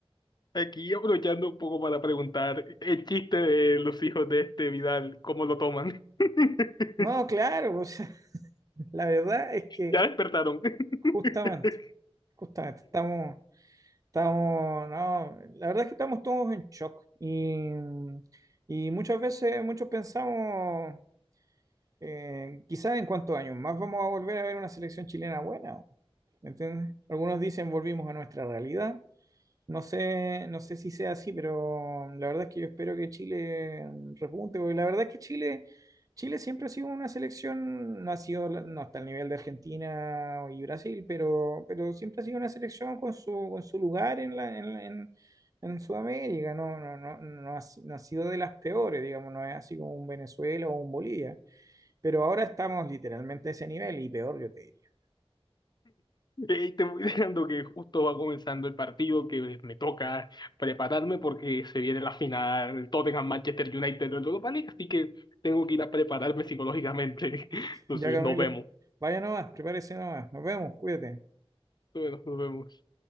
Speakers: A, on the left; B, on the right.
A: Aquí aprovechando un poco para preguntar el chiste de los hijos de este Vidal, ¿cómo lo toman? <laughs>
B: No, claro, o sea, <laughs> la verdad es que
A: Ya despertaron. <laughs>
B: justamente, justamente, estamos, estamos, no, la verdad es que estamos todos en shock y, y muchas veces, muchos pensamos, eh, quizás en cuántos años más vamos a volver a ver una selección chilena buena, ¿me entiendes? Algunos dicen volvimos a nuestra realidad, no sé, no sé si sea así, pero la verdad es que yo espero que Chile repunte, porque la verdad es que Chile, Chile siempre ha sido una selección, no ha sido, la- no hasta el nivel de Argentina y Brasil, pero, pero siempre ha sido una selección con su, con su lugar en la, en, la- en- en Sudamérica, no, no, no, no ha, si- no ha sido de las peores, digamos, no es así como un Venezuela o un Bolivia, pero ahora estamos literalmente a ese nivel y peor, yo te diría.
A: Eh, te voy dejando que justo va comenzando el partido que me toca prepararme porque se viene la final Tottenham-Manchester United en Europa League, así que tengo que ir a prepararme psicológicamente. <laughs> Entonces,
B: Ya, Camilo,
A: nos vemos.
B: vaya nomás, prepárese nomás, nos vemos, cuídate.
A: Bueno, nos vemos.